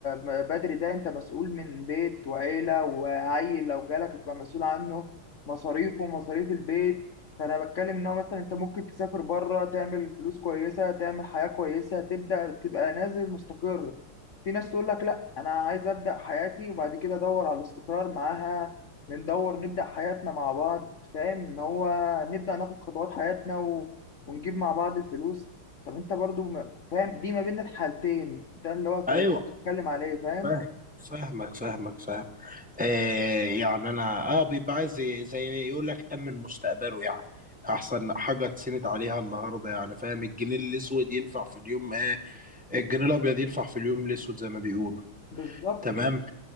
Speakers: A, on the left; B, in the centre.
A: ب- بدري ده انت مسؤول من بيت وعيله وعيل لو جالك تبقى مسؤول عنه مصاريفه ومصاريف البيت فانا بتكلم ان هو مثلا انت ممكن تسافر بره تعمل فلوس كويسه تعمل حياه كويسه تبدا تبقى نازل مستقر في ناس تقول لك لا انا عايز ابدا حياتي وبعد كده ادور على الاستقرار معاها ندور نبدا حياتنا مع بعض فاهم ان هو نبدا ناخد خطوات حياتنا ونجيب مع بعض الفلوس طب انت برضو ما- فاهم دي ما بين الحالتين ده اللي هو ف-
B: ايوه
A: بتكلم عليه فاهم
B: فاهم فاهمك فاهمك فاهم آه يعني انا اه بيبقى عايز زي زي يقول لك امن مستقبله يعني احسن حاجه تسند عليها النهارده يعني فاهم الجنيه الاسود ينفع في اليوم آه الجنيه الابيض ينفع في اليوم الاسود زي ما بيقولوا
A: بالظبط
B: تمام
A: كده